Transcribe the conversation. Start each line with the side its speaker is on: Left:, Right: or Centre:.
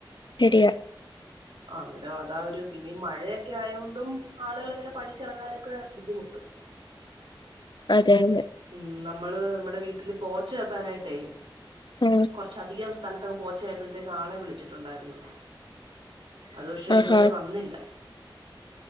Left: ശരിയാ
Right: ആ അന്നേരം അതാ ഒരു പിന്നെഈ മഴയൊക്കെ ആയൊണ്ടും ആളുക ഇങ്ങനെ പണിക്കിറങ്ങാനൊക്കെ ബുദ്ധിമുട്ടും
Left: അതെ അതെ
Right: ഉം നമ്മള് നമ്മ നമ്മടെ വീട്ടില് പോച്ച് <unintelligible> ചക്കാനായിട്ടേ
Left: ആ
Right: കൊറ്ച്ചധികം സ്ഥലം ങ് പോച്ചയപ്പോഴത്തേക്ക് ആളെ വിളിച്ചിട്ടുണ്ടായിരുന്നു അത് പക്ഷെ
Left: ആഹാ
Right: ഇതുവരെ വന്നില്ല